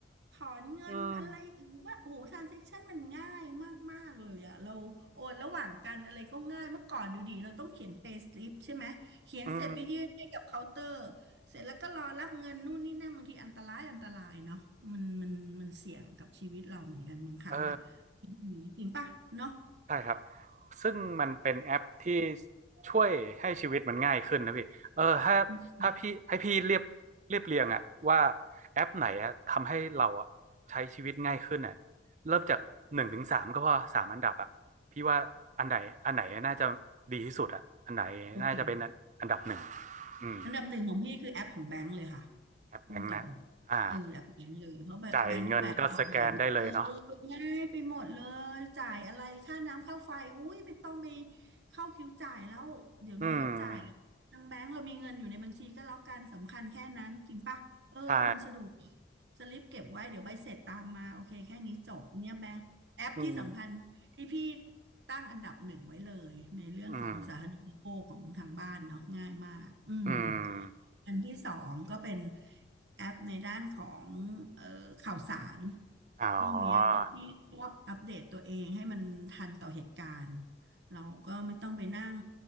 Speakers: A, on the right (about 65°); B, on the right (about 40°).
A: ถอนเงินอะไรหรือว่าโอ้โหทรานเซ็คชันมันง่ายมากๆเลยอะเราโอนระหว่างกันอะไรก็ง่ายเมื่อก่อนดูดิเราต้องเขียน
B: อืม
A: pay slip ใช่ไหมเขียนเสร็จไปยื่นให้กับเคาน์เตอร์
B: อืม
A: เสร็จแล้วก็รอรับเงินนู่นนี่นั่นบางทีอันตรายอันตรายเนาะมันมันมันเสี่ยงกับชีวิตเราเหมือนกันบางครั้งอะ
B: เออ
A: จริงป่ะเนาะ
B: ใช่ครับ ซึ่งมันเป็นแอปที่ช่วยให้ชีวิตมันง่ายขึ้นนะพี่ เออถ้าถ้าพี่ให้พี่เรียบเรียบเรียงอะว่า
A: อืม
B: แอปไหนอะทำให้เราอะใช้ชีวิตง่ายขึ้นอะเริ่มจากหนึ่งถึงสามก็พอสามอันดับอะพี่ว่าอันไหนอันไหนน่าจะดีที่สุดอะอันไหนน่าจะเป็นอันดับหนึ่ง
A: โอเค
B: อืม
A: อันดับหนึ่งของพี่คือแอปของแบงก์เลยค่ะ
B: แอปแบงค์นะอ่า
A: พูดตรงเออแอปแบงก์เลยเพราะแบงก์ทุกแบงก์ออกมาเนี่ยเออเออง่ายไปหมดเลยจ่ายอะไรค่าน้ำค่าไฟอุ้ยไม่ต้องไป
B: จ่ายเงินก็สแกนได้เลยเนาะ
A: เข้าคิวจ่ายแล้วเดี๋ยวนี้เราจ่าย
B: อืม
A: ทางแบงก์เรามีเงินอยู่ในบัญชีก็แล้วกันสำคัญแค่นั้นจริงปะเออมันสะดวก
B: ใช่
A: สลิปเก็บไว้เดี๋ยวใบเสร็จตามมาโอเคแค่นี้จบเนี่ยแบงก์แอปที่สำคัญ
B: <laughs> อืม
A: ที่พี่ตั้งอันดับหนึ่งไว้เลยในเรื่องของสาธารณูปโภคของทางบ้านเนาะง่ายมากอืม
B: อืมอืม
A: อันที่สองก็เป็นแอปในด้านของเอ่อข่าวสาร
B: อ๋อ
A: พวกเนี้ยที่ก็อัปเดตตัวเองให้มันทันต่อเหตุการณ์เราก็ไม่ต้องไปนั่ง